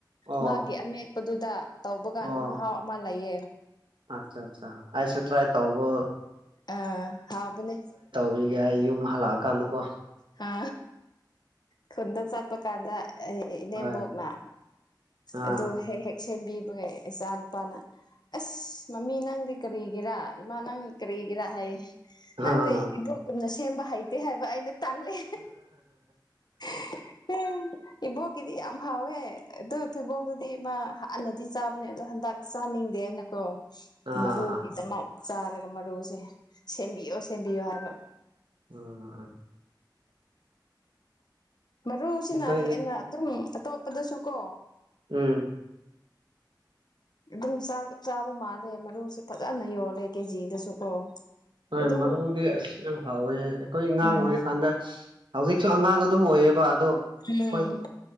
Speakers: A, on the right; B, on the left.
A: ꯑꯣ
B: ꯃꯥꯒꯤ ꯑꯃꯦꯠꯄꯗꯨꯗ ꯇꯧꯕꯒꯥꯟꯗ
A: ꯑꯣ
B: ꯃꯍꯥꯎ ꯑꯃ ꯂꯩꯌꯦ
A: ꯑꯠꯆꯥ ꯆꯥ ꯑꯩꯁꯨ ꯇ꯭ꯔꯥꯏ ꯇꯧꯕ
B: ꯑ ꯍꯥꯥꯎꯕꯅꯤ
A: ꯂꯨꯒꯥꯏꯌꯨꯝ ꯍꯜꯂꯛꯑꯀꯥꯟꯗꯀꯣ
B: ꯍꯥ ꯈꯨꯟꯗ ꯆꯠꯄ ꯀꯥꯟꯗ ꯑꯩ ꯏꯅꯦꯝꯕꯣꯛꯅ
A: ꯍꯣꯏ ꯑꯥ
B: ꯑꯗꯨ ꯍꯦꯛ ꯍꯦꯛ ꯁꯦꯝꯕꯤꯕꯒꯩ ꯏꯆꯥ ꯅꯨꯨꯄꯥꯅ ꯑꯁ ꯃꯃꯤ ꯅꯪꯗꯤ ꯀꯔꯤꯒꯤꯔꯥ ꯏꯃꯥ ꯅꯪ ꯀꯔꯤꯒꯤꯔꯥ ꯍꯥꯏꯌꯦ
A: ꯑꯥ
B: ꯅꯪꯗꯤ ꯏꯕꯣꯛꯒꯨꯝꯅ ꯁꯦꯝꯕ ꯍꯩꯇꯦ ꯍꯥꯏꯕ ꯑꯩꯅ ꯇꯜꯂꯦ <unintelligible> ꯏꯕꯣꯛꯀꯤꯗꯤ ꯌꯥꯝ ꯍꯥꯎꯋꯦ ꯑꯗꯣ ꯊꯩꯕꯣꯡꯗꯨꯗꯤ ꯃꯥ ꯍꯥꯟꯅꯗꯤ ꯆꯥꯕꯅꯦ ꯑꯗꯣ ꯍꯟꯗꯛ ꯆꯥꯅꯤꯡꯗꯦꯅꯀꯣ
A: ꯑꯥ
B: ꯃꯔꯨꯒꯤꯗꯃꯛ
A: ꯑꯥ
B: ꯆꯥꯔꯒ ꯃꯔꯨꯁꯦ ꯁꯦꯝꯕꯤꯌꯣ ꯁꯦꯝꯕꯤꯌꯣ ꯍꯥꯏꯕ
A: ꯎꯝ
B: ꯃꯔꯨꯁꯤꯅ
A: ꯑꯩꯈꯣꯏꯗꯤ
B: ꯍꯦꯟꯅ ꯑꯗꯨꯝ ꯑꯇꯣꯞꯄꯗꯁꯨ ꯀꯣ
A: ꯎꯝ
B: ꯑꯗꯨꯝ ꯆꯥ ꯆꯥꯕ ꯃꯥꯜꯂꯦ ꯃꯔꯨꯁꯦ ꯐꯖꯅ ꯌꯣꯜꯂꯦ ꯀꯦꯖꯤꯗꯁꯨ ꯀꯣ
A: ꯍꯣꯏ
B: ꯑꯗꯨ
A: ꯃꯔꯨꯗꯤ ꯑꯁ ꯌꯥꯝ ꯍꯥꯎꯋꯦ ꯑꯩꯈꯣꯏ ꯑꯉꯥꯡ
B: ꯎꯝ
A: ꯑꯣꯏꯔꯤ ꯀꯥꯟꯗ ꯍꯧꯖꯤꯛꯁꯨ ꯑꯉꯥꯡ ꯑꯗꯨꯝ ꯑꯣꯏꯌꯦꯕ ꯑꯗꯣ
B: ꯎꯝ
A: ꯍꯣꯏ